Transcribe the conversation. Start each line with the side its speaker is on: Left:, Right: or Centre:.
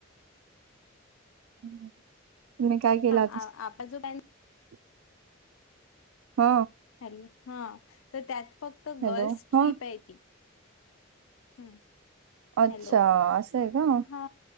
Right: हम्म तुम्ही काय केला.
Left: आ- आ- आपला जो पॅन
Right: <unintelligible> हो
Left: हॅलो हा तर त्यात फक्त
Right: हॅलो
Left: गर्ल्स
Right: हा
Left: ट्रीप आहे ती. हम्म
Right: अच्छा
Left: हॅलो
Right: असं आहे का
Left: हा